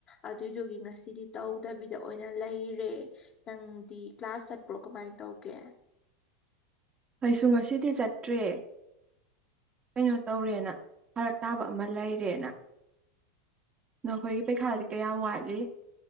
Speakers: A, on the left; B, on the right.
A: ꯑꯗꯨꯏꯗꯨꯒꯤ ꯉꯁꯤꯗꯤ ꯇꯧꯗꯕꯤꯗ ꯑꯣꯏꯅ ꯂꯩꯔꯦ ꯅꯪꯗꯤ ꯀ꯭ꯂꯥꯁ ꯆꯠꯄ꯭ꯔꯣ ꯀꯃꯥꯏ ꯇꯧꯒꯦ
B: ꯑꯩꯁꯨ ꯉꯁꯤꯗꯤ ꯆꯠꯇ꯭ꯔꯦ ꯀꯩꯅꯣ ꯇꯧꯔꯦꯅ ꯐꯔꯛ ꯇꯥꯕ ꯑꯃ ꯂꯩꯔꯦꯅ ꯅꯈꯣꯏꯒꯤ ꯄꯩꯈꯥꯗꯤ ꯀꯌꯥꯝ ꯋꯥꯠꯂꯤ